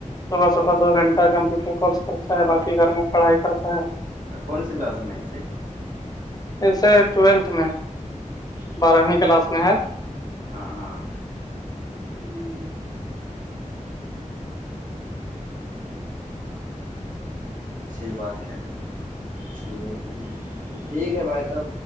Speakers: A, on the left; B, on the right.
A: صبح صبح دو گنٹہ کمپیوٹر کورس کرتا ہے
B: اور
A: باقی گھر میں پڑھائی کرتا ہے
B: کون سی کلاس میں ہے اسے
A: ایسے ٹویلتھ میں
B: اچھا
A: بارہویں
B: اچھا
A: کلاس میں ہے
B: ہاں ہاں
A: ہے
B: اچھی بات ہے چلیے ٹھیک ہے بھائی تب